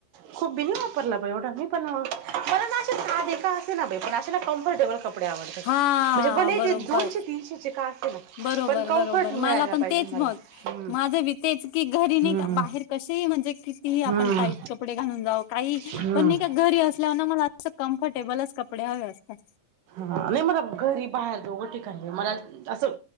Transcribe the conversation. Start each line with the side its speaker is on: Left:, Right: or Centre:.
Right: खूप बी वापरला बा एवढा मी पण मला ना आधीका असेना पण असे ना कम्फर्टेबल कपडे. आवडतात
Left: हा
Right: म्हणजे भले
Left: बरोबर
Right: ते दोनशे, तीनशे का असेना
Left: बरोबर
Right: पण कमफर्ट
Left: बरोबर
Right: मिळायला
Left: मला पण
Right: पाहिजे.
Left: तेच
Right: मला
Left: मग
Right: हम्म
Left: माझं बी तेच ते घरी नाही
Right: हम्म
Left: का बाहेर कसेही म्हणजे कितीही
Right: हम्म
Left: आपण टाईट कपडे घालून जाऊ काही
Right: हम्म
Left: पण का घरी असल्या मला अस कम्फर्टेबलच कपडे हवे असतात.
Right: नाही मला घरी बाहेर दोघं ठिकाणी मला असं